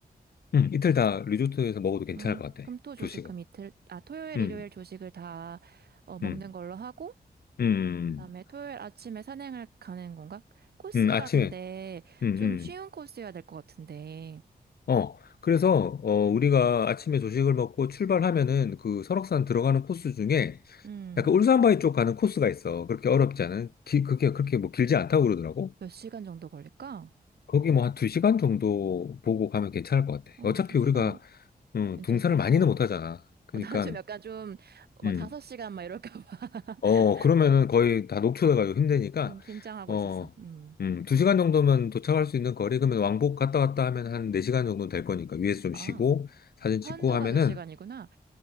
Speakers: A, on the left (about 75°); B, on the right (about 90°).
A: 음, 이틀 다 리조트에서 먹어도 괜찮을
B: 음,
A: 것 같아.
B: 금, 토, 조식,
A: 조식은.
B: 금 이틀, 아, 토요일,
A: 음,
B: 일요일 조식을 다, 어, 먹는
A: 음,
B: 걸로 하고,
A: 음. 음, 음.
B: 그다음에 토요일 아침에 산행을 가는 건가? 코스가
A: 음, 아침에.
B: 근데
A: 음,
B: 좀
A: 음.
B: 쉬운 코스여야 될 것 같은데,
A: 어. 그래서, 어, 우리가 아침에 조식을 먹고 출발하면은 그 설악산 들어가는 코스 중에
B: 음,
A: 약간 울산바위 쪽 가는 코스가 있어. 그렇게 어렵지 않은, 기, 그게 그렇게 뭐 길지 않다고 그러더라고.
B: 몇 시간 정도 걸릴까?
A: 거기 뭐 한 두 시간 정도 보고 가면 괜찮을 것 같아.
B: 어,
A: 어차피
B: 두 시간
A: 우리가, 음,
B: 괜찮다.
A: 등산을 많이는
B: 어,
A: 못 하잖아. 그러니까,
B: 어, 나는 좀 약간 좀, 막
A: 음.
B: 다섯 시간 막 이럴까 봐.
A: 어, 그러면은
B: <laughs> 어,
A: 거의 다 녹초돼 가지고 힘드니까,
B: 좀 긴장하고
A: 어,
B: 있었어. 음.
A: 음, 두 시간 정도면 도착할 수 있는 거리, 그러면 왕복 갔다 왔다 하면 한 네 시간 정도 될 거니까, 위에서 좀
B: 아,
A: 쉬고, 사진
B: 편도가
A: 찍고 하면은,
B: 두 시간이구나.